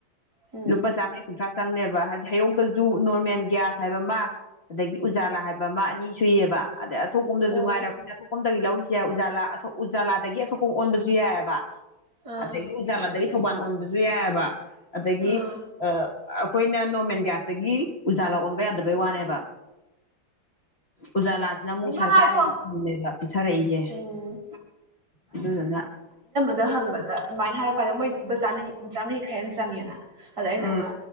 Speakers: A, on the right (about 50°); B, on the left (about 35°).
A: ꯎꯝ
B: ꯂꯨꯄꯥ ꯆꯃꯤꯅꯤ ꯀꯟꯊ꯭ꯔꯥꯁ ꯆꯪꯅꯦꯕ ꯍꯥꯏꯕꯗꯤ ꯍꯔꯣꯛꯇꯖꯨ ꯅꯣꯔꯃꯦꯜ ꯒ꯭ꯌꯥꯁ ꯍꯥꯏꯕ ꯑꯃ ꯑꯗꯒꯤ ꯎꯖꯥꯂꯥ ꯍꯥꯏꯕ ꯑꯃ ꯑꯅꯤ ꯁꯨꯏꯌꯦꯕ ꯑꯗꯩ ꯑꯊꯄꯝꯁꯨ
A: ꯑꯣ
B: ꯉꯥꯏꯔ ꯑꯩꯈꯣꯏꯅ ꯑꯄꯝ ꯂꯧꯔꯤꯁꯦ ꯌꯥꯏ ꯎꯖꯥꯂꯥ ꯎꯖꯥꯂꯥꯗꯒꯤ ꯑꯁꯣꯛꯄ ꯑꯣꯟꯕꯁꯨ ꯌꯥꯏꯑꯕ
A: ꯑꯥ
B: ꯑꯗꯒꯤ ꯆꯥ ꯊꯧꯕꯥꯜ ꯑꯣꯟꯕꯁꯨ ꯌꯥꯏꯑꯕ ꯑꯗꯒꯤ
A: ꯑꯥ
B: ꯑ ꯑꯩꯈꯣꯏꯅ ꯅꯣꯔꯃꯦꯜ ꯒ꯭ꯌꯥꯁꯇꯒꯤ ꯎꯖꯥ ꯂ ꯑꯣꯟꯕ ꯌꯥꯗꯕꯩ ꯋꯥꯅꯦꯕ ꯎꯖꯥꯂꯥꯁꯤꯅ ꯑꯃꯨꯛ
A: ꯏꯃꯥ
B: ꯁꯔꯀꯥꯔꯒꯤꯕ
A: ꯉꯥꯏꯈꯣ
B: ꯄꯤꯊꯔꯛꯏꯁꯦ
A: ꯎꯝ
B: ꯑꯗꯨꯗꯨꯅ
A: ꯅ ꯍꯪꯕꯗ ꯑꯗꯨꯃꯥꯏꯅ ꯍꯥꯏꯔꯛꯄꯥꯟꯗ ꯃꯣꯏ ꯂꯨꯄꯥ ꯆꯥꯔꯤ ꯆꯥꯝꯔꯤ ꯈꯔꯦꯦꯟ ꯆꯪꯉꯦꯅ ꯑꯥꯏꯅꯃ
B: ꯎꯝ